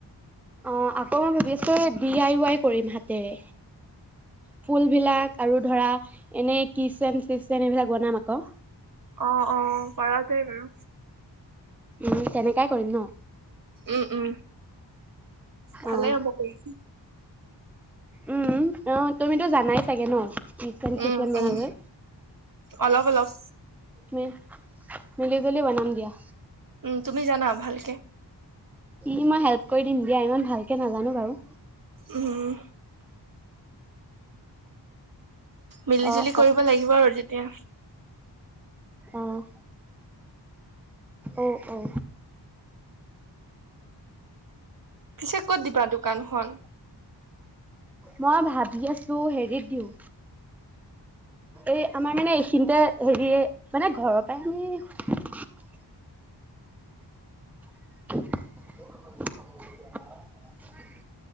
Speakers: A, in the centre; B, on the right (about 50°).
A: অ, আকৌ মই ভাবি আছোঁ ডি আই ৱাই কৰিম হাতেৰে ফুলবিলাক আৰু ধৰা এনেই কিচেন চিচেন এইবিলাক বনাম আকৌ
B: অ, অ' <unintelligible> বাৰু
A: উম, তেনেকাই কৰিম ন?
B: উম, উম। ভালে
A: অঁ
B: হ'ব কৰিম।
A: উম, অ' তুমিতো জানাই চাগে ন? কিচেন চিচেন
B: উম,
A: বনাবলৈ
B: উম, অলপ অলপ
A: উম, মিলি জুলি বনাম দিয়া।
B: উম, তুমি জানা ভালকে
A: উ মই হেল্প কৰি দিম এয়া ইমান ভালকৈ নাজানো বাৰু।
B: উম মিলি-জুলি
A: অঁ
B: কৰিব লাগিব আৰু যেতিয়া।
A: অহ, অ', অ'।
B: পিছে ক'ত দিবা দোকানখন?
A: মই ভাবি আছোঁ হেৰিত দিওঁ। এই আমাৰ মানে এইখিনিতে হেৰি মানে ঘৰৰ পৰাই আমি <inaudible> <inaudible>